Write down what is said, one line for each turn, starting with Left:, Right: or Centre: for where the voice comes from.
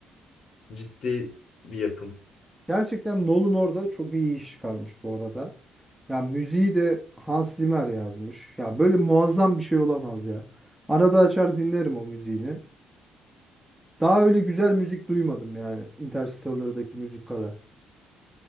Left: ciddi bir yapım.
Centre: Gerçekten Nolan orada çok iyi iş çıkarmış bu arada. Ya müziği de Hans Zimmer yazmış. Ya böyle muazzam bir şey olamaz ya. Arada açar dinlerim o müziğini. Daha öyle güzel müzik duymadım yani Interstellar'daki müzik kadar.